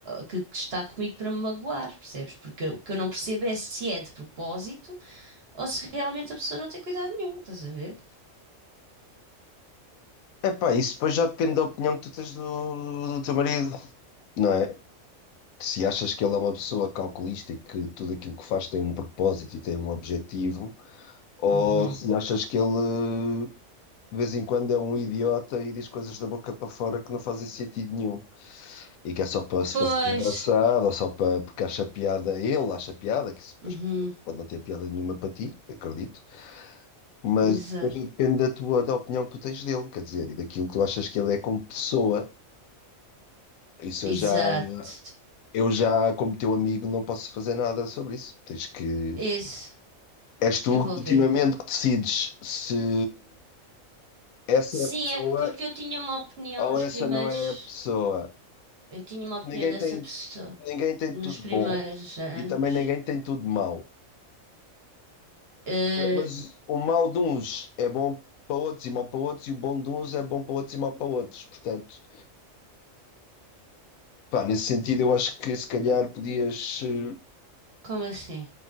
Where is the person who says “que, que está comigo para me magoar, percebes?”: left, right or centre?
Right